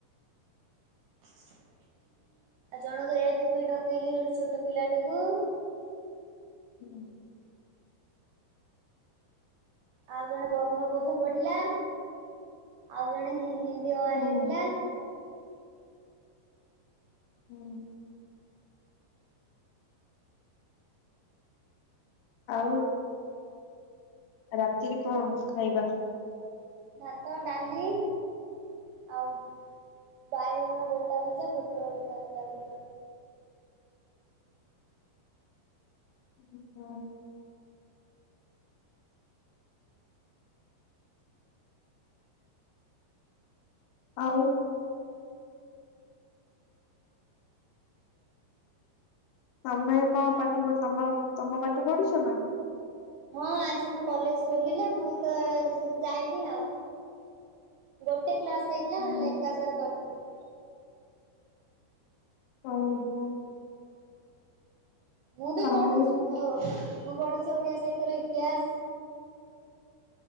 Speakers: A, on the right (about 80°); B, on the left (about 80°).
A: ଆଉ ଜଣକୁ ଏକ ଦୁଇ ଡକେଇଲି ଗୋଟେ ଛୋଟ ପିଲାଟାକୁ।
B: ହୁଁ।
A: ଆଉ ଜଣେ ବର୍ଣ୍ଣବୋଧ ପଢିଲା ଆଉ ଜଣେ ହୀ ହିନ୍ଦୀ ଅ ଆ
B: ହୁଁ
A: ଲେଖିଲା।
B: ହୁଁ। ଆଉ ରାତିରେ କଣ ଖାଇବା?
A: ଭାତ ଡାଲି ଆଉ ବାଇଗଣ ଗୋଟା ଭଜା ପୋଟଳ ଗୋଟା ଭଜା କରି।
B: ହୁଁ ହୁଁ। ଆଉ। ତମେ କଣ ପାଠ ପଢୁ ତମ ତମ ପାଠ ପଢୁଛ ନା?
A: ହଁ ଆଜି ମୁଁ କଲେଜ ଖୋଲିଲେ ମୁଁ ତ ଯାଇନି ଆଉ। ଗୋଟେ କ୍ଲାସ ହେଇଥିଲା
B: ହୁଁ।
A: ନା ଲେଙ୍କା ସାର୍ କରିଥିଲି।
B: ହ ହୋ।
A: ମୁଁ ବି
B: ଆଉ
A: ପଢୁଛି ମୁଁ ମୁଁ ପଢୁଛି ଓଡିଆ ସାହିତ୍ୟର ଇତିହାସ।